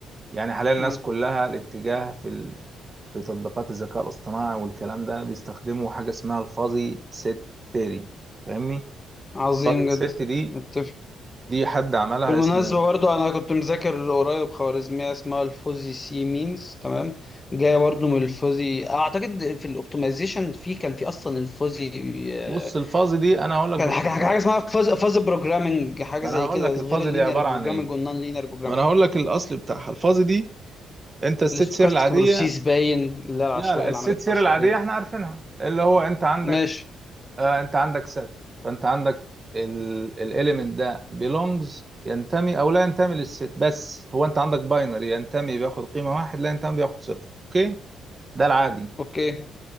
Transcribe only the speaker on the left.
مم،
عظيم
جدا
متفق
بالمناسبة
برضه أنا كنت مذاكر قريب خوارزمية اسمها الفوزي سي مينز تمام جاية برضه من الفوزي أعتقد في الأوبتمايزيشن في كان في أصلا الفوزي آه،
كان
حاجة حاجة حاجة اسمها فاز فاز بروجرامنج حاجة
زي
كده
غير
اللينير
بروجرامنج
والنون لينير بروجرامنج
الاستوكاستيك
بروسيس باين اللي هي العشوائية
العمليات
العشوائية
ماشي
أوكي